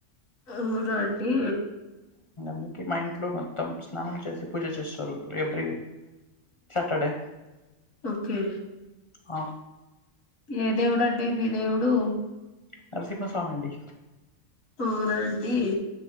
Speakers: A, on the left (about 85°); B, on the left (about 35°).
A: ఔనాండి
B: ఉన్ కే మా ఇంట్లో మొత్తం స్నానం చేసి పూజ చేస్తారు ఎవ్రీ సాటర్డే
A: ఓకే
B: ఆ
A: ఏ దేవుడండి మీ దేవుడు
B: నరసిమ్మ స్వామండి
A: అవునా అండి